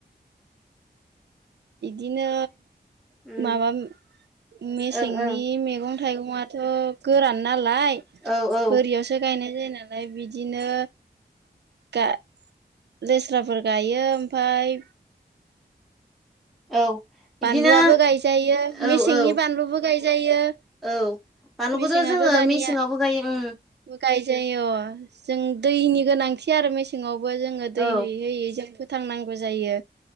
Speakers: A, on the right; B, in the centre.
A: बिदिनो
B: उम
A: माबा मेसेंनि
B: ओं ओं
A: मैगं थाइगङाथ' गोरान नालाय
B: औ औ
A: बोरियावसो गायनाय जायो ना लाय बिदिनो गा लेस्राफोर गायो ओमफ्राय
B: औ बिदिनो
A: बानलुआबो गायजायो
B: औ
A: मेसेंनि
B: औ
A: बानलुबो गायजायो।
B: औ बानलुखौथ'
A: मेसेंआथ'
B: जोङो
A: दानिया
B: मेसेंआवबो गायो उम
A: गायजायो अ जों दैनि गोनांथि आरो मेसेङावबो जों ओ दै
B: औ
A: होयै होयै जों फोथांनांगो जायो